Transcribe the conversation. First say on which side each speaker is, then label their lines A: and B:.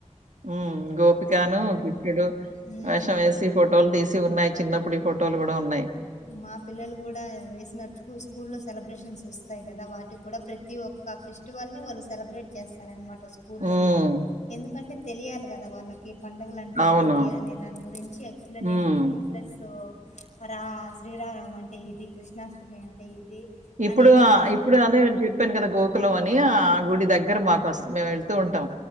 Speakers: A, on the right; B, on the left.
A: ఉ గోపికాను కృష్ణుడు
B: ఉమ్,
A: వేషం వేసి ఫోటోలు తీసి ఉన్నాయి చి చిన్నప్పుడు ఈ ఫోటోలు కూడా ఉన్నాయి
B: మా పిల్లలు కూడా వేసినట్ స్కూల్ లో సెలబ్రేషన్స్ వస్తాయి కదా వాటికి కూడా ప్రతి ఒక్క ఒక ఫెస్టివల్ ని వాళ్ళు సెలబ్రేట్ చేస్తారన్నమాట స్కూల్లో
A: హ్మ్.
B: ఎందుకంటే తెలియాలి కదా వాళ్ళకి పండుగలు అంటే
A: అవును.
B: ఏంటి అనే దాని గురించి ఎక్స్ప్లనేషన్
A: హ్మ్.
B: ప్లస్ రా శ్రీరామ నవమి అంటే ఇది కృష్ణాష్టమి అంటే ఇది
A: ఇప్పుడు
B: అని ఒక
A: ఆ ఇప్పుడు అదే చెప్పాను కదా గో కులం అని ఆ గుడి దగ్గర మాకు మేము వెళ్తూ ఉంటాం